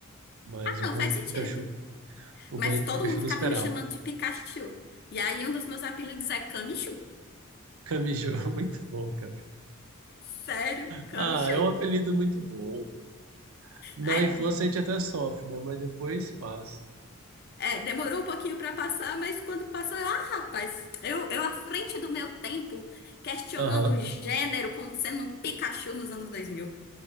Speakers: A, on the right (about 70°); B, on the left (about 45°).
A: Mas o
B: Não
A: Bonnie
B: faz
A: do
B: sentido.
A: Pikachu. O
B: Mas
A: Bonnie do
B: todo
A: Pikachu
B: mundo
A: eu não
B: ficava
A: esperava.
B: me chamando de Pikachu. E aí um dos meus apelidos é Camichu.
A: Camijo, <laughs> muito bom, cara.
B: Sério, Camichu.
A: Ah, é um apelido muito bom. Na
B: É,
A: infância a gente até sofre, né? Mas depois passa.
B: é, demorou um pouquinho pra passar, mas quando passou, eu, ah, rapaz, eu, eu à frente do meu tempo, questionando
A: Aham,
B: o gênero como sendo um Pikachu nos anos 2000.